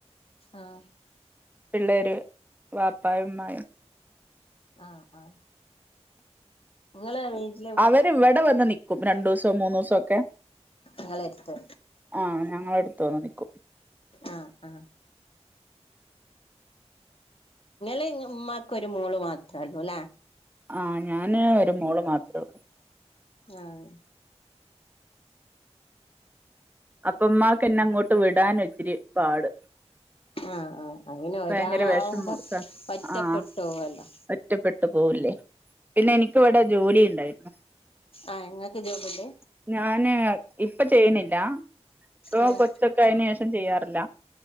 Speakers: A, on the left; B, on the right.
A: ആഹ്
B: പിള്ളേര് വാപ്പായും ഉമ്മായും
A: ആഹ് ആഹ് നിങ്ങെള് <unintelligible>
B: അവര് ഇവിടെ വന്ന് നിക്കും രണ്ടു ദിവസം മൂന്നു ദിവസമ ഒക്കെ
A: ഇങ്ങളെ എടുത്ത്
B: ആഹ് ഞങ്ങള എടുത്തു വന്നു നിൽക്കും
A: ആഹ് ആഹ് നിങ്ങള് ഉമ്മാക്ക് ഒര് മോള് മാത്രം ഒള്ളൂല്ലേ
B: ആന് ഞാന് ഒരു മോള് മാത്രേ ഒള്ളൂ
A: ആഹ്
B: അപ്പം ഇമ്മാക്ക് എന്നെ അങ്ങോട്ട് വിടൻ ഒത്തിരി പാട്
A: ആഹ് ആഹ് അങ്ങനെ ഒരാളാവുമ്പോ
B: ഭയങ്കര വിഷമോ സ
A: ഒറ്റപ്പെട്ടു
B: ആഹ്
A: പോവുല്ലോ
B: ഒറ്റപ്പെട്ടു പോവൂല്ലേ പിന്നെ എനിക്ക് ഇവിടെ ജോലി ഉണ്ടായിരുന്നു
A: ആഹ് ഇങ്ങക്ക് ജോബ് ഇണ്ട്
B: ഞാന് ഇപ്പൊ ചെയ്യുണില്ല ഇപ്പൊ
A: ഉം
B: കൊച്ചൊക്കെ അയതിന് ശേഷം ചെയ്യാറില്ല